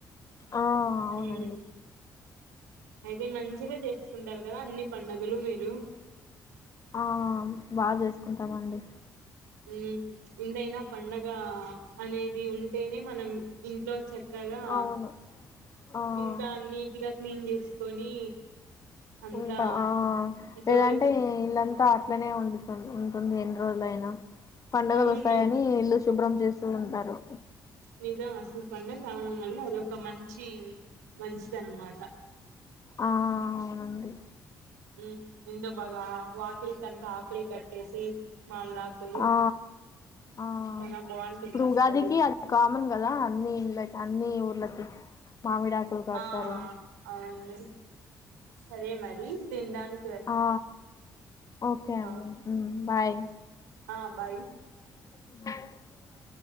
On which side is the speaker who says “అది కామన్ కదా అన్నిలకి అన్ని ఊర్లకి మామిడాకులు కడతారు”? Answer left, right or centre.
Left